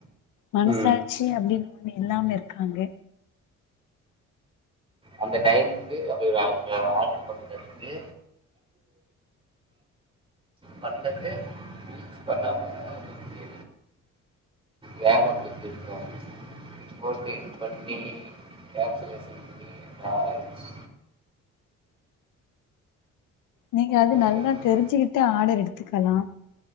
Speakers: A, on the left; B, on the right.
A: மனசாச்சி
B: ம்
A: அப்டின்னு ஒன்னு இல்லாம இருக்காங்க
B: அந்த டைமுக்கு <unintelligible> ஆர்ட்ரு பண்ணுனது பண்ணது பண்ணாம அது வந்து வேல முடிஞ்சிருக்கோம் <unintelligible> பண்ணி கேனலேசன் ராய்ஸ்
A: நீங்க அது நல்லா
B: சொல்லலாம்.
A: தெரிஞ்சுகிட்டு ஆடர் எடுத்துக்கலாம்